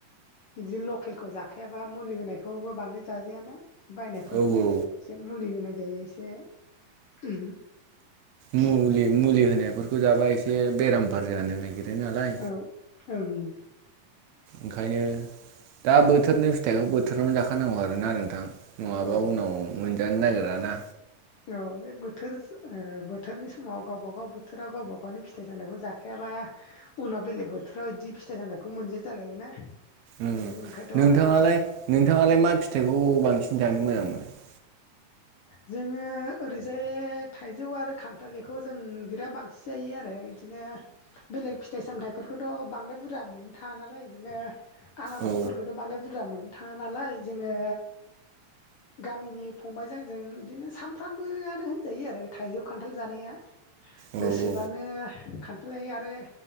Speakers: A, on the left; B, on the right.
A: बिदि लकेलखौ जाखायाबा मुलि होनायखौबो बांद्राय जाजायाना। बायनायफोरखौबो
B: औ औ
A: एसे मुलि होनाय जायो एसे उम
B: मुलि मुलि होनायफोरखौ जाबा एसे बेरामफोर जानो नागिरो नालाय।
A: <unintelligible> ओं
B: ओंखायनो दा बोथोरनि फिथाइखौ बोथोरावनो जाखानांगौ आरोना नोंथां। नङाबा
A: औ
B: उनाव मोनजानो नायगिराना।
A: अ बे बोथोर सो ओ बोथोरनि समाव गावबा गाव बोथोराव गावबा गावनि फिथाइ सामथाइखौ जा खायाबा उनाव बेलेग बोथोराव इदि फिथाइ सामथाइखौ मोनजाया जालायबायना
B: उम
A: जोंबो ओंखायनोथ'
B: नोंथाङालाय नोंथाङालाय मा फिथाइखौ बांसिन जानो मोजां मोनो? <inaudible>
A: जोङो ओरैजाय थाइजौ आरो खान्थालिखौ जों बिराद बांसिन जायो आरो बिदिनो बेलेग फिथाइ सामथाइफोरखौथ' बांद्राय बुरजा मोन थाङा नालाय इदिनो आनारसफोरखौथ'
B: औ
A: माने बुरजा मोनो थाङा नालाय जोङो गामिनि फंबाइजों आंजों इदिनो सामफ्रामबोआनो होनजायो आरो थाइजौ खान्थाल जानाया।
B: औ
A: गोसोबानो
B: औ
A: खान्थाल जायो आरो